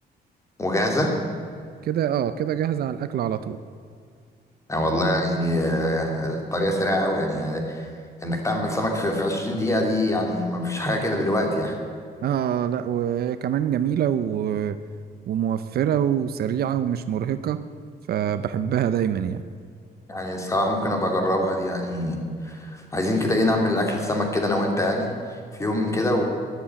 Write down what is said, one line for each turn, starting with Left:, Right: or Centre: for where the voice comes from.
Left: وجاهزة
Right: كده اه كده جاهزة على الأكل على طول
Left: آه، والله يعني آه، الطريقة سريعة قوي يعني آه، انك تعمل سمك في في 20 دقيقة دي يعني ما فيش حاجة كده دلوقتي يعني
Right: اه لا وهي كمان جميلة و... وموفرة وسريعة ومش مرهقة فبحبها دايما يعني
Left: يعني الصراحة ممكن ابقى اجربها دي يعني عايزين كده ايه نعمل اكل سمك كده انا وانت يعني في يوم كده